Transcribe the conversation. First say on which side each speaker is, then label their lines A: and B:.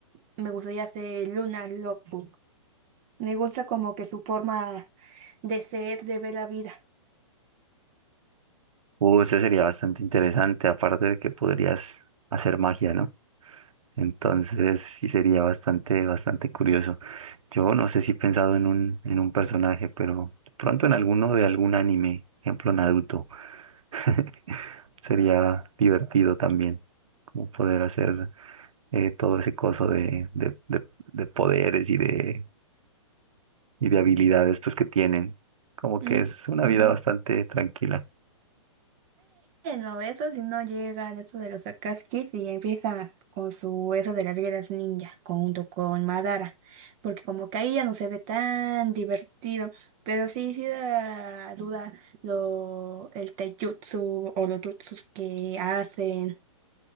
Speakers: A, on the right; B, on the right.
A: me gustaría ser Luna Lovegood. Me gusta como que su forma de ser, de ver la vida.
B: Uh, ese sería bastante interesante, aparte de que podrías hacer magia, ¿no? Entonces sí sería bastante, bastante curioso. Yo no sé si he pensado en un, en un personaje, pero de pronto en alguno de algún anime, ejemplo Naruto, <laughs> sería divertido también, como poder hacer eh, todo ese coso de, de, de- de poderes y de, y de habilidades pues que tienen. Como que
A: Mm,
B: es una
A: ujú.
B: vida bastante tranquila.
A: Bueno, eso si no llega al eso de los Akatsuki y empieza con su eso de las guerras ninja, junto con Madara, porque como que ahí ya no se ve tan divertido, pero sí, sí da duda lo, el taijutsu o los jutsus que hacen,